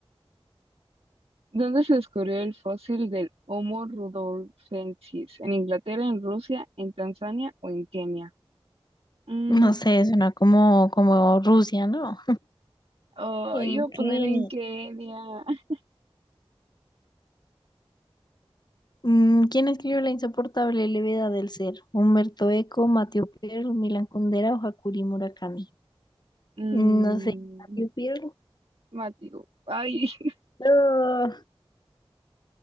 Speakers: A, on the right (about 70°); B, on the left (about 45°).
A: ¿Dónde se descubrió el fósil del Homo rudolfensis? ¿En Inglaterra, en Rusia, en Tanzania o en Kenia? Mm,
B: No sé, suena como, como Rusia, ¿no?
A: oh,
B: En
A: iba a poner
B: Kenny.
A: en Kenia. <laughs>
B: Mm, ¿Quién escribió La insoportable levedad del ser? Humberto Eco, Mateo Perl, Milan Kundera o Hakuri Murakami.
A: Mm,
B: Mm, No sé, Mateo Perl.
A: Mateo. Ay, <laughs>
B: No.